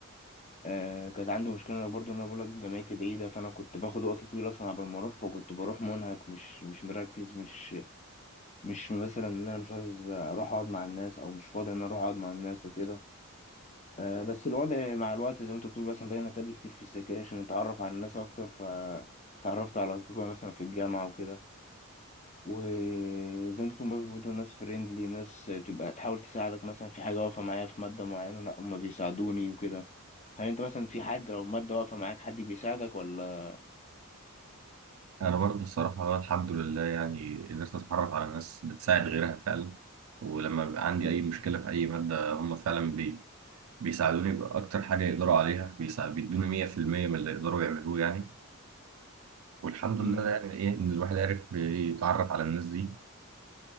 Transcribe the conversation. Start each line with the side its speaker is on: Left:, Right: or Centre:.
Left: آه كانت عندي مشكلة أنا برضو إن أنا بقولك جامعتي بعيدة فأنا كنت باخد وقت طويل أصلا قبل ما أروح فكنت بروح منهك مش مش مركز مش مش مثلا إن أنا مش عايز أروح أقعد مع الناس أو مش فاضي إن أنا أروح أقعد مع الناس وكده آه بس الوضع مع الوقت زي ما أنت بتقول مثلا بقينا نتقابل كتير في السكاشن نتعرف على الناس أكتر فتعرفت على أصدقاء مثلا في الجامعة وكده وزي ما انت بتقول برضه برضه ناس فريندلي ناس تبقى تحاول تساعدك مثلا في حاجة واقفة معايا في مادة معينة لا هما بيساعدوني وكده هل انت مثلا في حد لو مادة واقفة معاك حد بيساعدك ولا
Right: انا برضو الصراحه الحمد لله يعني قدرت اتعرف على ناس بتساعد غيرها فعلا ولما بيبقى عندي
Left: مم.
Right: اي مشكله في اي ماده هم فعلا بي بيساعدوني باكتر حاجه يقدروا عليها بيسا- بيدوني 100% من اللي يقدروا يعملوه يعني والحمد
Left: مم.
Right: لله يعني ايه ان الواحد عرف يتعرف على الناس دي